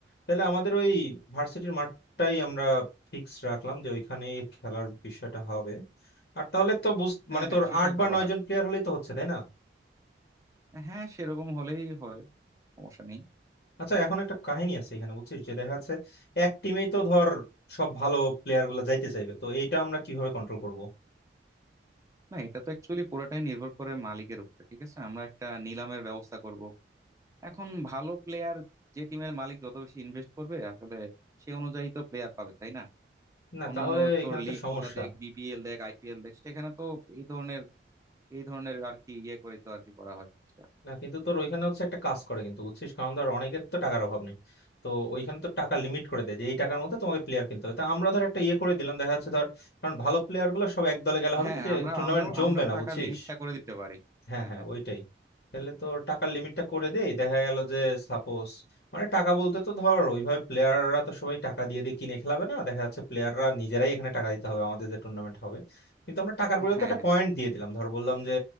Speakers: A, on the left; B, on the right.
A: তাহলে আমাদের ওই ভার্সিটির মাঠটাই আমরা ফিক্স রাখলাম যে ওইখানেই খেলার বিষয়টা হবে আর তাহলে তো বুঝ
B: হ্যাঁ
A: মানে
B: হ্যাঁ
A: তোর
B: সেটাই
A: আট বা
B: ভালো
A: নয়
B: হয়
A: জন প্লেয়ার হলেই তো হচ্ছে তাই না
B: হ্যাঁ সেরকম হলেই হয় সমস্যা নেই
A: আচ্ছা এখন একটা কাহিনী আছে এখানে বুঝছিস যে দেখা যাচ্ছে এক টিমেই তো ধর সব ভালো প্লেয়ার গুলো যাইতে চাইবে তো এইটা আমরা কিভাবে কন্ট্রোল করব
B: না এটা তো অ্যাকচুয়ালি পুরোটাই নির্ভর করে মালিকের উপরে ঠিক আছে আমরা একটা নিলামের ব্যবস্থা করব এখন ভালো প্লেয়ার যে টিমের মালিক যত বেশি ইনভেস্ট করবে আসলে সে অনুযায়ী তো প্লেয়ার পাবে তাই না
A: না
B: অন্যান্য
A: তাহলে
B: তোর
A: এখানে
B: লিগ
A: তো সমস্যা
B: গুলা দেখ বিপিএল দেখ আইপিএল দেখ সেখানে তো এই ধরনের এই ধরনের আর কি ইয়ে করে তো আর কি করা হয় জিনিসটা
A: না কিন্তু তোর ওইখানে হচ্ছে একটা কাজ করে কিন্তু বুঝছিস কারণ ধর অনেকের তো টাকার অভাব নেই তো ওইখানে তো টাকা লিমিট করে দেয় যে এই টাকার মধ্যে তোমাকে প্লেয়ার কিনতে হবে তা আমরা ধর একটা ইয়ে করে দিলাম দেখা যাচ্ছে ধর কারণ ভালো প্লেয়ার গুলো সব এক দলে গেলে হবে
B: হ্যাঁ
A: কি যে
B: আমরা
A: টুর্নামেন্ট
B: আমরাও
A: জমবে
B: আমরাও
A: না
B: টাকার
A: বুঝছিস
B: লিমিটটা করে দিতে পারি
A: হ্যাঁ
B: হ্যাঁ
A: হ্যাঁ
B: হ্যাঁ
A: ওইটাই তাহলে তো টাকার লিমিটটা করে দেই দেখা গেল যে সাপোজ মানে টাকা বলতে তো ধর ওইভাবে প্লেয়াররা তো সবাই টাকা দিয়ে দিয়ে কিনে খেলাবে না দেখা যাচ্ছে প্লেয়াররা নিজেরাই এখানে টাকা দিতে হবে আমাদের যে টুর্নামেন্ট হবে কিন্তু আমরা টাকার পরিবর্তে
B: হ্যাঁ
A: একটা
B: হ্যাঁ
A: পয়েন্ট দিয়ে দিলাম ধর বললাম যে